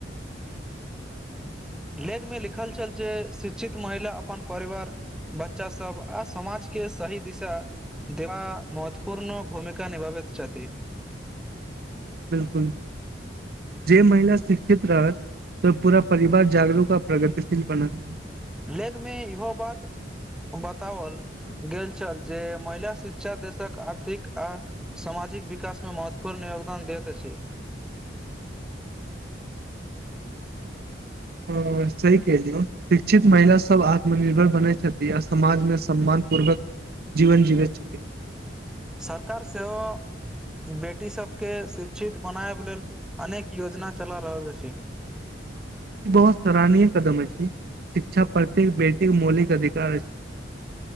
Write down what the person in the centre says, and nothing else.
लेख मे लिखल छल जे शिक्षित महिला अपन परिवार बच्चा सब आ समाजकेँ सही दिशा दवा महत्वपूर्ण भूमिका निभाबैत छथि
लेखमे इहो बात बतावल गेल छल जे महिला शिक्षा देशक आर्थिक आ सामाजिक विकास मे महत्वपूर्ण योगदान दैत अछि
सरकार सेहो बेटी सबकेँ शिक्षित बनायब लेल अनेक योजना चला रहल छै